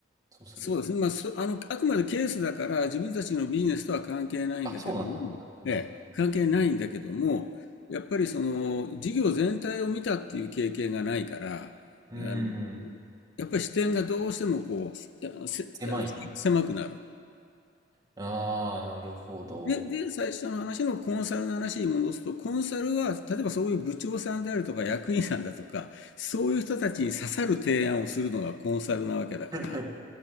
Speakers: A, on the right; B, on the left.
A: そうすると。
B: そうですね、まあ、そ、あの、あくまでケースだから、自分たちのビジネスとは関係ないんだけども、
A: あ、そうなんだ。なるほど、
B: ええ、
A: なるほ
B: 関係ないんだけども、やっぱりその、事業全体を見たっていう経験がないから、
A: ど。うーん。
B: あの、やっぱり視点がどうしてもこう、せ、
A: 狭いね。
B: 視野が狭くなる。
A: ああ、なるほど。
B: で、で、最初の話のコンサルの話に戻すと、コンサルは、例えばそういう部長さんであるとか役員さんだとか、そういう人たちに刺さる提案をするのがコンサルなわけだから、
A: <laughs>